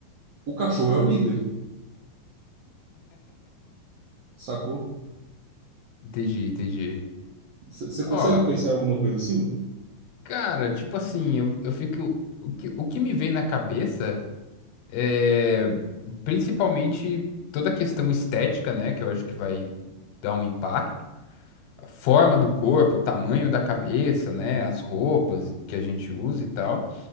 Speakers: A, on the right (about 70°); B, on the left (about 75°).
A: O cachorro é o líder, sacou?
B: Entendi, entendi.
A: Você consegue
B: Ó,
A: pensar em alguma coisa assim?
B: cara, tipo assim, eu, eu fico. O que, o que me vem na cabeça. É, principalmente toda a questão estética, né? Que eu acho que vai dar um impacto. A forma do corpo, o tamanho da cabeça, né? As roupas que a gente usa e tal.